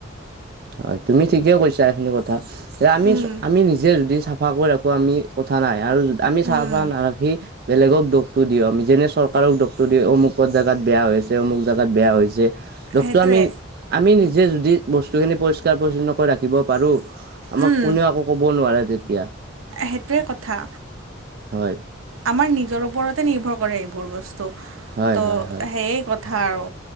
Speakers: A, on the right; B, on the right.
A: হয়, তুমি ঠিকে কৈছা এইখিনি কথা, যে আমি,
B: উম
A: আমি নিজে যদি চাফা চাফা কৰি ৰাখো আমি কথা নাই আৰু আমি চাফা
B: উম
A: নাৰাখি বেলেগক দুখটো দিওঁ আমি, যেনে চৰকাৰক দুখটো দিওঁ অমুকত জেগাত বেয়া হৈছে, অমুক জেগাত বেয়া হৈছে। দুখটো
B: সেইটোৱে
A: আমি, আমি নিজে যদি বস্তুখিনি পৰিষ্কাৰ পৰিচছন্নকৈ ৰাখিব পাৰোঁ আমাক
B: উম
A: কোনেও একো ক'ব নোৱাৰে তেতিয়া।
B: সেইটোৱে কথা।
A: হয়।
B: আমাৰ নিজৰ ওপৰতে নিৰ্ভৰ কৰে এইবোৰ বস্তু,
A: হয়
B: ত'
A: হয় হয়
B: সেয়াই কথা আৰু।